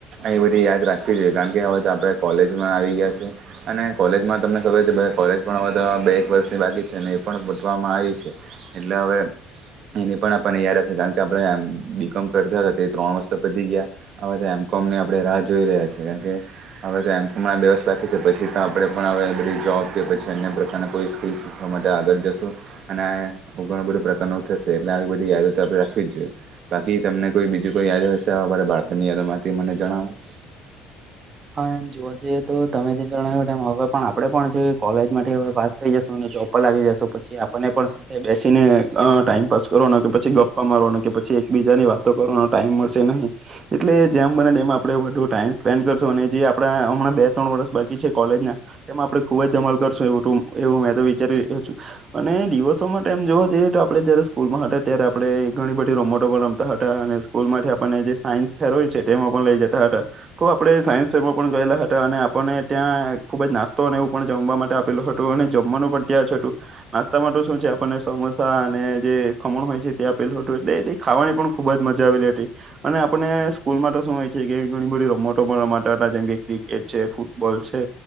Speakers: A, on the right (about 55°); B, on the right (about 35°).
A: એ બધી યાદ રાખવી જોઈએ કારણ કે હવે તો આપણે કોલેજમાં આવી ગયા છે અને કોલેજમાં તમને ખબર છે કોલેજ પણ હવે તો બે એક વર્ષની બાકી છે ને એ પણ પતવા મ એટલે હવે એ પણ આપને યાદ હશે કારણ કે આપ બીકોમ કરતા હતા તે ત્રણ મસ્ત પતી ગયા હવે તો એમ કોમને આપણે રાજ જોઈ રહ્યા છે કારણ કે આપવે એમમણા બે વર્ષ બાકી છે પછી તો આપણે પણ હવે બધી જોબ કે પછી અન્ય પ્રકારની કોઈ સ્કીલ શીખવા માટે આગળ જશો. અને આ ઘણું બધું પ્રકારરણ થશે એટલે આવી બધી યાદતો આપણે રાખવી જ જોઈએ. બાકી તમને કોઈ બીજું કોઈ યાદ હશે અમારા બાળપણ ની યાદ માંથી મને જણાવું.
B: હા એમ જોવા જઈએ તો તમે જે જણાવ્યું ટમ હવે પણ આપણેે પણ જે કોલેજ માં થી હવે પાસ થઈ જશું અને જોબ પર લાગી જશું પછી આપ આપને પણ સાથે બેસીને અ ટાઈમપાસ કરવાનો કે પછી ગપ્પા મારવાનો કે પછી એકબીજાની વાતો કરો ટાઈમ મળશે નહીં એટલે જેમ બને તેમ આપણે વધુ ટાઈમ સ્પેન્ડ કરશુ અને જે આપડા હમણાં બે ત્રણ વર્ષ બાકી છે કોલેજ ના તેમાં આપડે ખુબ જ ધમાલ કરશો એવ એવું મે વિચારી લીધું છે અને દિવર્સો માટેઆમ જોવા જઈએ તો આપ જયારે સ્કૂલમાં ત્યારે આપણે ઘણી બધી <unintelligible> માં રમતા હતા અને સ્કૂલમાંથી આપણને જે સાયન્સ ફેર હોય છે તેમાં પણ લઈ જતા હતા તો આપણે સાયન્સ ફેરમમાં પણ ગયેલા હતા અને આપણને ત્યાં ખૂબ જ નાસ્તો અને એવું પણ જમવા માટે આપેલું હતું અને જમવાનું પણ ત્યાંજ હટું નાસ્તામાં શું છે આપણને સમોસા અને જે ખમણ હોય છે તે આપેલું હતું. એટલે એ ખાવાની પણ ખુબ જ મજા આવેલી હતી અને આપને સ્કૂલમાં શું હોય છે કે ઘણી બધી રમત રમાડતા હતા જેમ કે ક્રિકેટ છે, ફૂટબોલ છે,